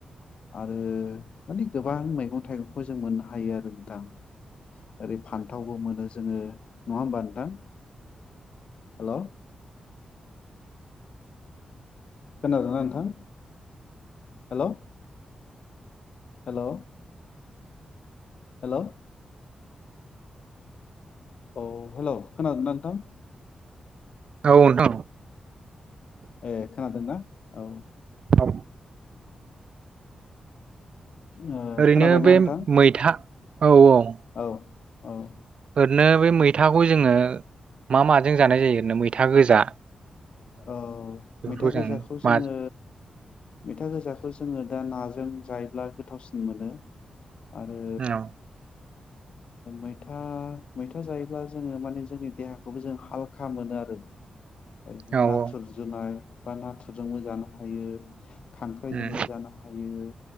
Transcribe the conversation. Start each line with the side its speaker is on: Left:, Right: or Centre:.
Left: आरो माने गोबां मैगं थाइगंखौ जों मोननो हायो आरो नोंथां। ओरै फान्थावबो मोनो जोङो नङा होमबा नोंथां? हेल' खोनादोना नोंथां हेल'? हेल' हेलौ औ हेलौ खोनादोंना नोंथां?
Right: औ नोंथां
Left: ए खोनादोंना औ
Right: औ
Left: ओ
Right: ओरैनो
Left: खोनाबायना
Right: बे
Left: नोंथां
Right: मैथा औ औ ।
Left: औ औ ।
Right: ओरैनो बे मैथाखौ जोङो मा माजों जानाय जायो ओरैनो मैथा गोजा
Left: औ
Right: बेफोरखौ
Left: मैथा
Right: जों
Left: गोजाखौ जोङो
Right: मा
Left: मैथा गोजाखौ जोङो दा नाजों जायोब्ला गोथावसिन मोनो आरो
Right: औ
Left: मैथा मैथा जायोब्ला जोङो माने जोंनि देहाखौबो जों हालखा मोनो आरो ।
Right: <inaudible>
Left: नाथुर
Right: औ
Left: जुनाय बा नाथुरजोंबो जानो हायो । खांख्राइजोंबो
Right: उम
Left: जानो हायो